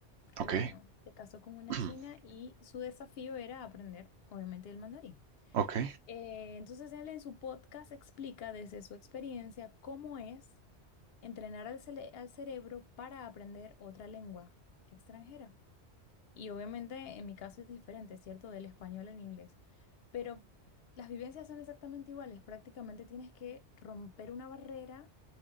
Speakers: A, on the left (about 65°); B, on the right (about 75°).
A: porque
B: Ok,
A: bueno, se casó con una
B: <clears throat>
A: china y su desafío era aprender, obviamente, el mandarín.
B: ok,
A: Eh, entonces él en su podcast explica desde su experiencia cómo es entrenar al, cele- al cerebro para aprender otra lengua extranjera. Y obviamente en mi caso es diferente, ¿cierto? Del español al inglés. Pero las vivencias son exactamente iguales. Prácticamente tienes que romper una barrera